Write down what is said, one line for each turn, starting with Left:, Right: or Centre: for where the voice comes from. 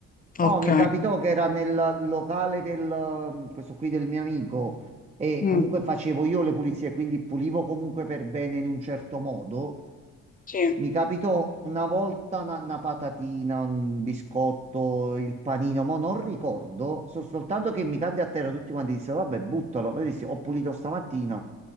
Left: Ok,
Right: No, mi capitò che era nel locale del, eh, questo qui del mio amico e
Left: mm,
Right: comunque facevo io le pulizie, quindi pulivo comunque per bene in un certo modo.
Left: sì.
Right: Mi capitò una volta una, una patatina, un biscotto, il panino, ma non ricordo, so soltanto che mi cadde a terra tutti quanti dissero, vabbè, buttalo. Io dissi, ho pulito stamattina,